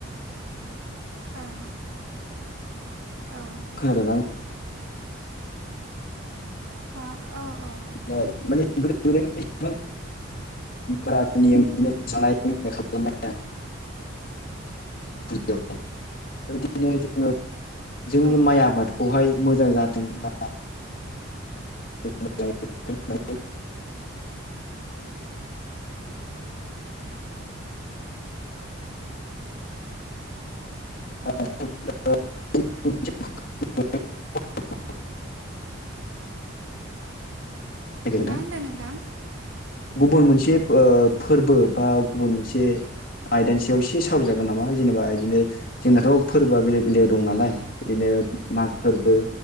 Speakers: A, on the right; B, on the left.
A: ओं औ
B: खोनादो ना?
A: हा औ औ।
B: <unintelligible> <unintelligible> <unintelligible> जोंनि
A: औ
B: माइ आबादखौहाय मोजां जाथों बा मोजाङै <unintelligible>
A: औ
B: <unintelligible>
A: मा होनदों नोंथां
B: गुबुन मोनसे ओ फोर्बो बा गुबुन से आयदानि सायाव एसे सावराय जागोन नामा जेनेबा इदिनो जोंनाथ' फोरबोआ बेलेग बेलेग दं नालाय इदिनो माग फोर्बो